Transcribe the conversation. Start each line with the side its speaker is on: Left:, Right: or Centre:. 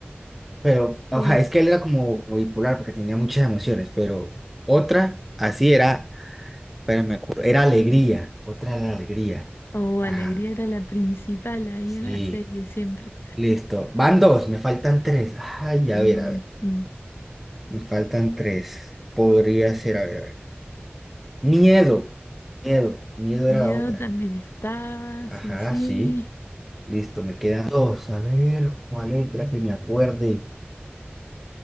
Centre: Pero,
Left: Sí.
Centre: oja, es que él era como bipolar porque tenía muchas emociones, pero otra, así era. Pero me acuerdo, era alegría, otra era alegría.
Left: O
Centre: Ajá,
Left: alegría era la principal ahí
Centre: sí,
Left: en la serie siempre.
Centre: listo. Van dos, me faltan tres. Ay, a
Left: Ujú.
Centre: ver, a ver. Me faltan tres. Podría ser, a ver, a ver. Miedo, miedo, miedo
Left: Miedo
Centre: era la otra.
Left: también estaba,
Centre: Ajá,
Left: sí, sí.
Centre: sí. Listo, me quedan dos. A ver, ¿cuál otra que me acuerde?